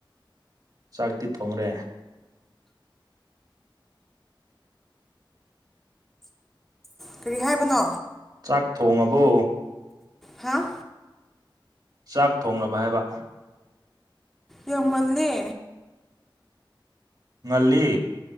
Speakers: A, on the right; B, in the centre.
A: ꯆꯥꯛꯇꯤ ꯊꯣꯡꯉꯔꯦ
B: ꯀꯔꯤ ꯍꯥꯏꯕꯅꯣ
A: ꯆꯥꯛ ꯊꯣꯡꯉꯕꯣ
B: ꯍꯥ
A: ꯆꯥꯛ ꯊꯣꯡꯂꯕꫭ ꯍꯥꯏꯕ
B: ꯌꯥꯝ ꯉꯜꯂꯦ
A: ꯉꯜꯂꯤ